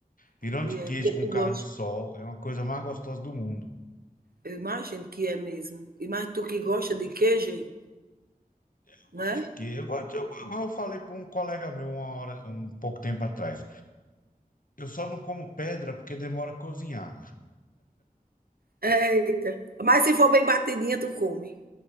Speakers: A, on the left; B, on the right.
A: Pirão
B: E
A: de queijo
B: é porque
A: com
B: tu
A: carne
B: gosta.
A: de sol é uma coisa mais gostosa do mundo.
B: Eu imagino que é mesmo. E mais tu que gosta de queijo, hein?
A: Eu gosto
B: né?
A: de queijo. Eu gosto de- eu, igual eu falei para um colega meu uma hora, um pouco tempo atrás. Eu só não como pedra porque demora a cozinhar.
B: Eita. Mas se for bem batidinha, tu come.